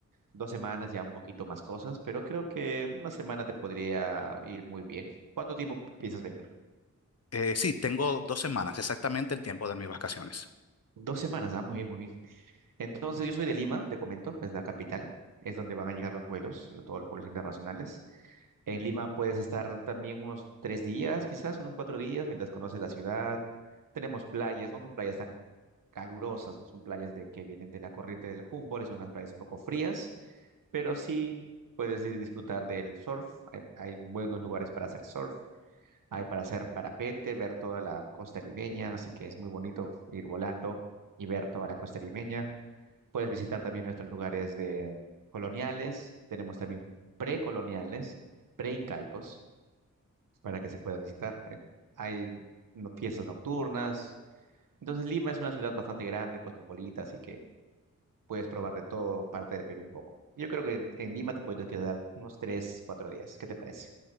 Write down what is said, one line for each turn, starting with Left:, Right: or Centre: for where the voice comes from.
Right: dos semanas ya un poquito más cosas, pero creo que una semana te podría ir muy bien. ¿Cuánto tiempo piensas venir?
Left: Eh, sí, tengo dos semanas, exactamente el tiempo de mis vacaciones.
Right: Dos semanas, ah, muy bien, muy bien. Entonces, yo soy de Lima, te comento, es la capital, es donde van a llegar los vuelos, lo- todos los vuelos internacionales. En Lima puedes estar también unos tres días, quizás unos cuatro días, mientras conoces la ciudad. Tenemos playas, no son playas tan calurosas, no son playas de que vienen de la corriente del Humboldt, son unas playas un poco frías, pero sí puedes ir disfrutar del surf. Hay, hay buenos lugares para hacer surf, hay para hacer parapente, ver toda la costa limeña, así que es muy bonito ir volando y ver toda la costa limeña. Puedes visitar también nuestros lugares de coloniales, tenemos también precoloniales, preincaicos para que se pueda visitar. Hay, hay no- fiestas nocturnas. Entonces Lima es una ciudad bastante grande, cosmopolita, así que puedes probar de todo parte del Perú un poco. Yo creo que en Lima te puedes quedar unos tres, cuatro días. ¿Qué te parece?